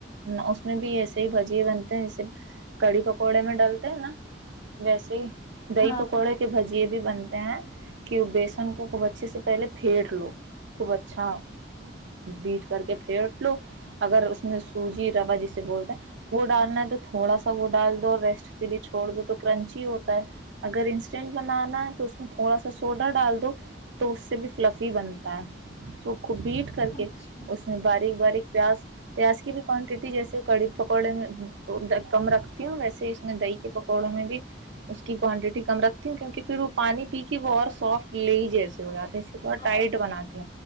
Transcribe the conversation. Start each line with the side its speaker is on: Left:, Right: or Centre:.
Right: <unintelligible> میں بھی ایسے ہی بھجیے بنتے ہیں جیسے کڑی پکوڑے میں ڈلتے ہیں نا ویسے ہی <unintelligible> دہ
Left: ہاں
Right: پکوڑے کے بجیے بھی <unintelligible> بنتے ہیں کہ بیسن کو خوب اچھے سے پہلے پھیٹ لو خوب اچھا بیٹ کر کے پھیٹ لو اگر اس میں سوجی روا جسے بولتے ہیں وہ ڈالنا ہے تو تھوڑا سا وہ ڈال دو اور ریسٹ کے لیے چھوڑ دو تو کرنچی ہوتا ہے <unintelligible> اگر انسٹینٹ بنانا ہے تو اس میں تھوڑا سا سوڈا ڈال دو تو اس سے بھی فلفی بنتا ہے س <unintelligible> کو بیٹ کر کے
Left: اچھا
Right: اس میں باریک باریک <unintelligible> پیاز پیاز کی بھی کوانٹیٹی جیسے کڑی پکوڑے میں کم رکھتی ہوں ویسے اس میں دہی کے پکوڑوں میں بھی <unintelligible> کی کوانٹٹی کم رکھتی ہیں کیونکہ پھر وہ پانی پی کے وہ اور سافٹ لے جیسے <unintelligible> جات تھوڑا ٹائٹ
Left: ہاں
Right: بناتی